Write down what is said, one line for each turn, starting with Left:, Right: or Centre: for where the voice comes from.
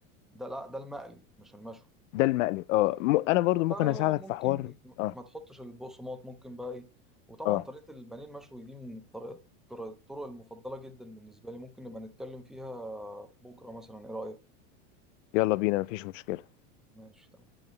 Centre: ده لا ده المقلي مش المشوي
Left: ده المقلي اه م-
Centre: المشوي
Left: انا برضو ممكن
Centre: ده
Left: اساعدك
Centre: ممكن
Left: في حوار اه
Centre: ما تحطش البقسماط ممكن بقى ايه وطبعا
Left: اه
Centre: طريقة البانيه المشوي دي من الطرق الطرق الطرق المفضلة جدا بالنسبة لي ممكن نبقى نتكلم فيها بكرة مثلا ايه رأيك
Left: يلا بينا مفيش مشكلة
Centre: ماشي تمام